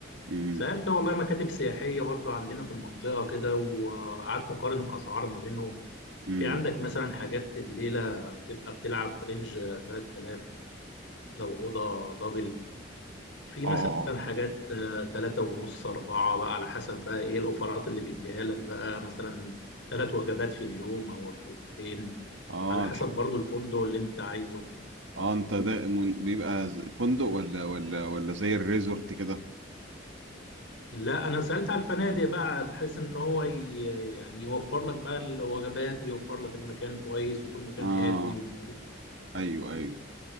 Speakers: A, on the right; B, on the left.
A: امم
B: سالت والله مكاتب سياحيه برضو عندنا في المنطقه كده وقعدت اقارن الاسعار ما بينهم
A: امم
B: في عندك مثلا حاجات الليله بتبقى بتلعب في رينج 3000 لو اوضه دبل في
A: اه
B: مثلا
A: اه
B: حاجات آه، تلاتة ونص أربعة بقى على حسب بقى إيه الأوفرات اللي بيديها لك بقى مثلا ثلاث وجبات في اليوم أو وجبتين
A: اه اه
B: على حسب
A: الحق
B: برضو الفندق اللي انت عايزه
A: اه انت ده من- بيبقى ز- فندق ولا ولا ولا زي الريزورت كده
B: لا انا سألت على الفنادق بقى بحيث ان هو ي... يعني يوفر لك بقى الوجبات ويوفر لك المكان كويس ويكون مكان
A: اه
B: هادي ونظيف
A: ايوه ايوه